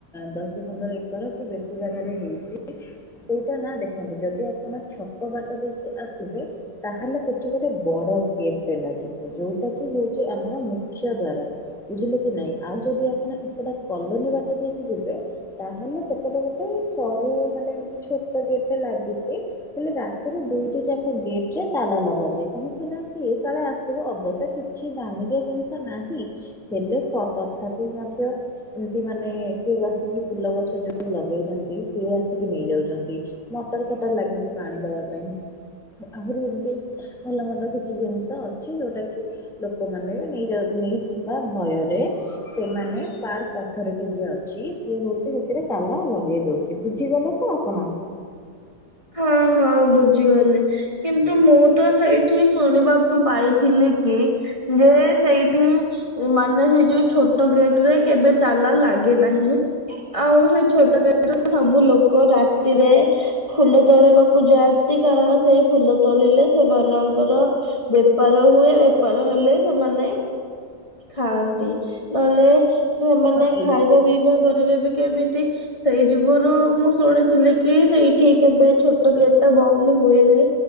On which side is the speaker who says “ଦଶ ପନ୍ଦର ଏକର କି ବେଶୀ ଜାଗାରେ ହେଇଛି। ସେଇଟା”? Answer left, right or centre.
Centre